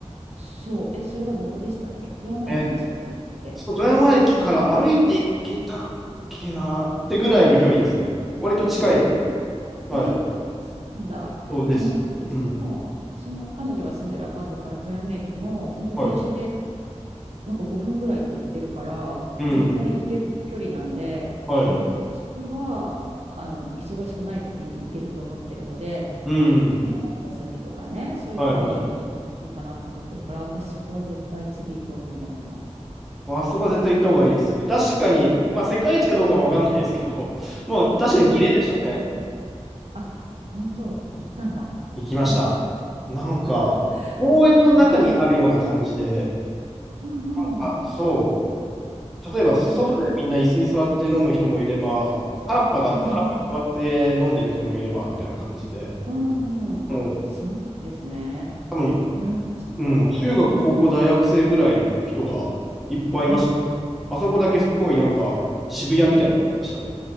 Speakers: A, on the right; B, in the centre.
A: そう、え、それはどこでしたっけ富山駅の近くでしたっけ
B: えっと、富山駅から歩いて行けたっけなってぐらいの距離ですね。割と近い。
A: 本当ですかえーそうなんだ。
B: はい。そうです。
A: あの、うちもその彼女が住んでるアパートから富山駅も、
B: うん。
A: 本当電車で
B: はい。
A: なんか5分ぐらいって言ってるから、
B: うん。
A: 絶対行ける距離なんで、
B: はい。
A: あの、次は、あの、忙しくない時に行けると思ってるので、
B: うん。
A: ね、夏休みとかね、そういう時にちょっと行こうかなと思ってるから、
B: はいはい。
A: 私そこは絶対次行こうと思ってます。
B: あそこは絶対行った方がいいですね。確かに、まあ世界一かどうかはわかんないですけど、<laughs> まあ確かに綺麗でしたね。
A: うんうん。あ、本当、行ったんだ。
B: 行きました。
A: 行ったんですね。
B: なんか、
A: <laughs>
B: 公園の中にあるような感じで、
A: 絶対行く。うんうん。
B: なんか、そう、例えば外でみんな椅子に座って飲む人もいれば、
A: えー、うん
B: 原っぱがあって、
A: うん。
B: 原っぱに座って飲んでる人もいれば、みたいな感じで、
A: うんうん。
B: もう、
A: あ、そうなんですね。
B: 多分、
A: わかりました。
B: うん、
A: う
B: 中学、高校、大学生ぐらいの人がいっぱいいました。
A: ん。
B: あそこだけすごいなんか、
A: あ、
B: 渋谷みたいな感じでしたね。
A: うん。